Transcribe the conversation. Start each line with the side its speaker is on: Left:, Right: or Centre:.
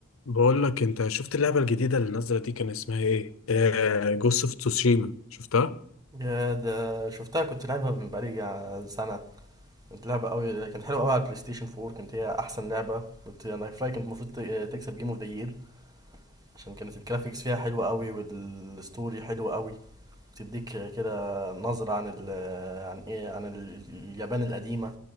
Left: بقول لك انت شفت اللعبه الجديده اللي نازله دي كان اسمها ايه آه جوست اوف تسوشيما شفتها
Right: يا ده شفتها كنت لعبها من بقالي جا- سنة كنت لعبة قوي كانت حلوة قوي على البلاي ستيشن 4 كانت هي أحسن لعبة كنت أنا في رأيي كانت المفروض ت- تكسب جيم اوف ذا يير عشان كانت الجرافيكس فيها حلوة قوي والستوري حلوة قوي بتديك كده نظرة عن ال عن ايه عن ال- اليابان القديمة